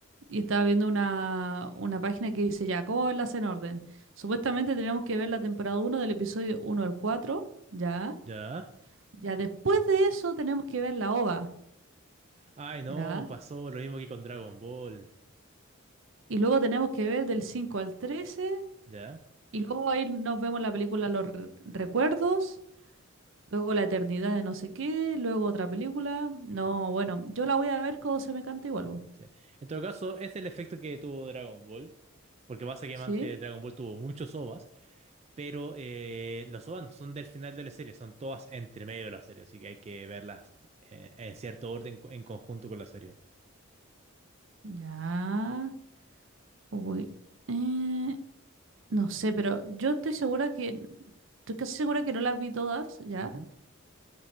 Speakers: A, on the right; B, on the right.
A: Y estaba viendo una, una página que dice, ya, ¿cómo verlas en orden? Supuestamente tenemos que ver la temporada uno del episodio uno al 4, ¿ya?
B: ¿Ya?
A: Ya después de eso tenemos que ver la OVA,
B: Ay, no,
A: ¿ya?
B: pasó lo mismo que con Dragon Ball.
A: Y luego tenemos que ver del 5 al 13,
B: ¿Ya?
A: y luego ahí nos vemos la película Los Re- Recuerdos, luego La Eternidad de no sé qué, luego otra película. No, bueno, yo la voy a ver cuando se me cante y vuelvo,
B: Sí. En todo caso, es el efecto que tuvo Dragon Ball, porque básicamente
A: ¿sí?
B: Dragon Ball tuvo muchos OVAs, pero eh, los OVAs no son del final de la serie, son todas entre medio de la serie, así que hay que verlas eh, en cierto orden co- en conjunto con la serie.
A: Ya. Uy. Eh, no sé, pero yo estoy segura que, estoy casi segura que no las vi todas, ¿ya?
B: Ujú.